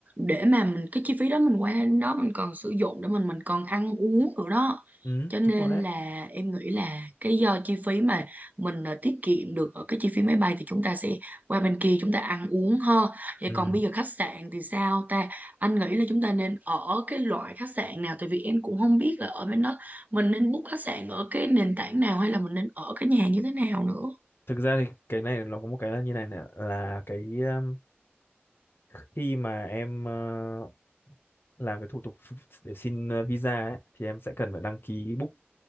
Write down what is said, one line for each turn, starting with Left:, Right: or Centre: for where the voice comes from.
Right: để mà mình cái chi phí đó mình qua đến đó mình còn sử dụng để mình mình còn ăn uống nữa đó
Left: ừ
Right: cho nên
Left: đúng rồi đấy
Right: là em nghĩ là cái do chi phí mà mình ờ, tiết kiệm được ở cái chi phí máy bay thì chúng ta sẽ qua bên kia chúng ta ăn uống ha vậy
Left: ừ
Right: còn bây giờ khách sạn thì sao ta anh nghĩ là chúng ta nên ở cái loại khách sạn nào tại vì em cũng không biết là ở bên đó mình nên book khách sạn ở cái nền tảng nào hay là mình nên ở cái nhà như thế nào nữa
Left: thực ra thì cái này nó có một cái là như này này là cái um, khi mà em ờ, làm cái thủ tục ph- để xin ờ, visa ấy, thì em sẽ cần phải đăng ký book